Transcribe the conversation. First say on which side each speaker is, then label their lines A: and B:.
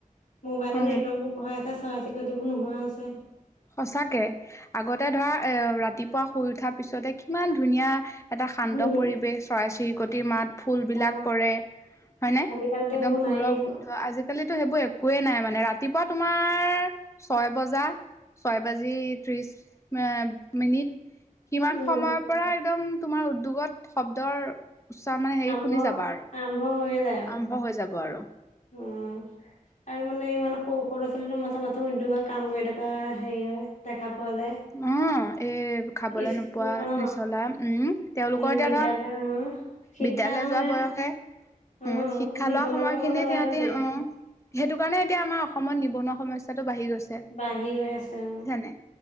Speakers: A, on the left; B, on the left.
A: মোবাইলৰ
B: উম
A: নেটৱৰ্ক বোৰ বঢ়াই আছে চৰাই চিকতিবোৰ নোহোৱা আছে
B: সঁচাকে আগতে ধৰা এ ৰাতিপুৱা শুই উঠাৰ পিছতে কিমান ধুনীয়া এটা শান্ত
A: উম
B: পৰিৱেশ চৰাই চিৰিকটিৰ মাত ফুলবলাক
A: অ
B: পৰে হয় ন
A: আজিকালিতো এইবোৰ
B: একদম
A: নায়েই
B: ফুলৰ
A: একো
B: গোন্ধ আজিাল আজিকালিতো সেইবোৰ একোৱেই নাই মানে ৰাতিপুৱা তোমাৰ ছয় বজা ছয় বাজি ত্ৰিশ মিনিট সিমান
A: উম
B: সময়ৰ পৰা একদম তোমাৰ উদ্যোগত শব্দৰ উচ্চাৰ মানে হেৰি
A: আৰম্ভ
B: শুনি যাবা আৰু
A: আৰম্ভ হৈয়ে যায় আৰু
B: আৰম্ভ হৈ যাব আৰু
A: উম আৰু মানে ইমান সৰু সৰু ছোৱালীো ম থ পাথ উদ্যোগত কাম কৰি থকা হেৰি হয় দেখা পোৱা যায়।
B: উ এই খাবলে
A: স্কুল
B: নোপোৱা
A: অ
B: নিচলা উম তেওঁলোকৰ
A: উম
B: এতিয়া
A: বিদ্যালয়
B: ধৰা
A: অ শিক্ষা
B: বিদ্যয়ালয়লৈ
A: মানে
B: যোৱা বয়সে
A: অ
B: উ শিক্ষা
A: নিবনুৱা
B: লোৱা সময়খিনিত
A: কামত লগাই
B: সিহঁতি
A: থৈ দিয়ে
B: আহ সেইটো কাৰণে এতিয়া আমাৰ অসমত নিবনুৱা সমস্য়াটো বাঢ়ি গৈছে
A: বাঢ়ি গৈ আছে অ
B: জানে